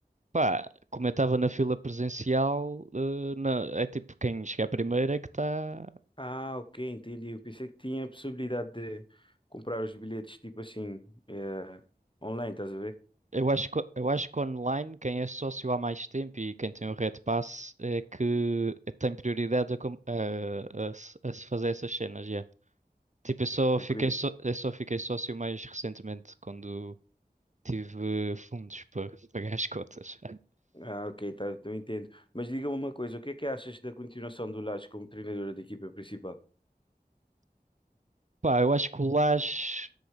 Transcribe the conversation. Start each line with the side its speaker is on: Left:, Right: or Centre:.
Right: pá, como eu estava na fila presencial, eh, na- é tipo, quem chegar primeiro é que está.
Left: Ah, ok, entendi. Eu pensei que tinha a possibilidade de comprar os bilhetes tipo assim eh, online, estás a ver?
Right: Eu acho que, eu acho que online, quem é sócio há mais tempo e quem tem o Red Pass é que eh, tem prioridade a, com- a- a se a se fazer essas cenas, já. Tipo, eu só
Left: Tranquilo.
Right: fiquei, só- eu só fiquei sócio mais recentemente, quando tive fundos <laughs> para pagar as cotas.
Left: Ah, ok, tá, eu entendo. Mas diga-me uma coisa, o que é que achas da continuação do Lages como treinador da equipa principal?
Right: Pá, eu acho que o Lage,